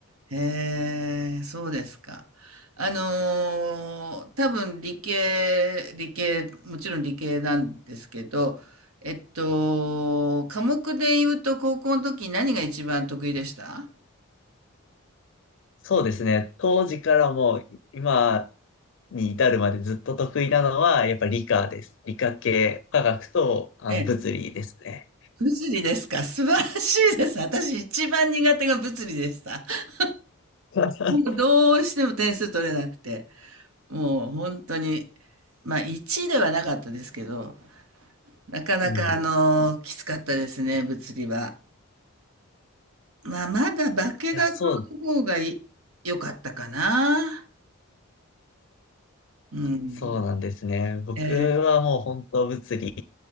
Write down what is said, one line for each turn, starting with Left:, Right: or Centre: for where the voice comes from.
Right: へえ、そうですか。あのー多分理系、理系、もちろん理系なんですけど、えっと、科目で言うと高校の時何が一番得意でした
Left: そうですね。当時からもう今に至るまでずっと得意なのは、やっぱ理科です。理科系、科学とあの物理ですね。
Right: ええ、物理ですか。<laughs> 素晴らしいです。私一番苦手が物理でした。<laughs>
Left: <laughs>
Right: もうどうしても点数取れなくて、もう本当に、まあ1ではなかったですけど、なかなか、
Left: うん
Right: あの、きつかったですね、物理は。まあ、まだ化学の方がい良かったかな。
Left: いや、そう、
Right: うん。
Left: そうなんですね。僕はもう本当物理
Right: ええ、